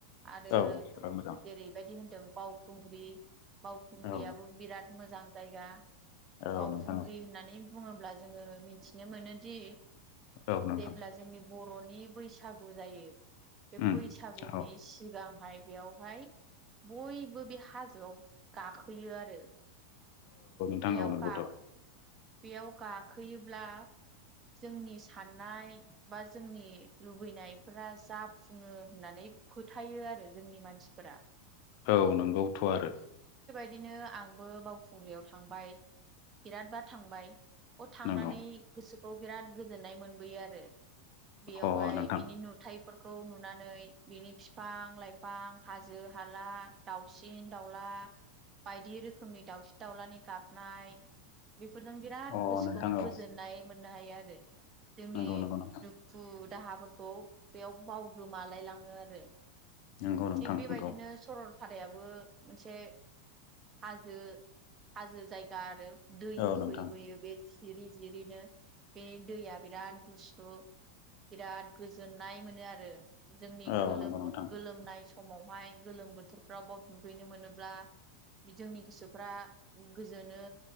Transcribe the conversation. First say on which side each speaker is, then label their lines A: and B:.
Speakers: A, on the right; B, on the left.
A: आरो
B: औ बिराद मोजां
A: जेरैबायदि होनदों बावखुंग्रि बावखुंग्रियाबो
B: औ
A: बिराद मोजां जायगा
B: औ
A: बावखुंग्रि
B: नोंथां
A: होननानै बुङोब्ला जोङो मिथिनो मोनोदि
B: औ नोंथां।
A: जेब्ला जोंनि बर'नि बैसागु जायो। बे
B: उम
A: बैसागुनि
B: औ
A: सिगांहाय बेयावहाय बयबो बे हाजोआव गाखोयो आरो
B: नंगौ
A: बेयाव
B: नंगौथ'।
A: गा बेयाव गाखोयोब्ला जोंनि साननाय बा जोंनि लुबैनायफोरा जाफुङो होननानै फोथायो आरो जोंनि मानसिफोरा।
B: औ नंगौथ' आरो।
A: बिदिनो आंबो बावखुंग्रियाव थांबाय बिरादबार थांबाय। बेयाव थांनानै
B: नंगौ
A: गोसोखौ बिराद गोजोननाय मोनबोयो आरो बेयावहाय
B: अ नोंथां
A: बिनि नुथाय फोरखौ नुनानै बिनि बिफां लाइफां हाजो हाला दाउसिन दाउला बायदि रोखोमनि दाउसिन दाउलानि गाबनाय बेफोरजों बिराद
B: अ
A: गोसोखौ
B: नोंथां
A: गोजोननाय
B: औ
A: मोननो हायो आरो जोंनि
B: नंगौ नंगौ नोंथां
A: दुखु दाहाफोरखौ बेयाव बावगोमालाय लाङो आरो।
B: नंगौ नोंथां
A: थिग बेबायदिनो
B: नंगौ
A: सरल फारायाबो मोनसे हाजो हाजो जायगा आरो । दै
B: औ
A: बोहैबोयो
B: नोंथां
A: बे जिरि जिरिनो बे दैया बिराद गुसु बिराद गोजोननाय मोनो आरो जोंनि
B: औ
A: गोलोम
B: नंगौ नोंथां
A: गोलोमनाय सम समावहाय गोलोम बोथोरफ्राव बाव दुगैनो मोनोब्ला जोंनि गोसोफ्रा गोजोनो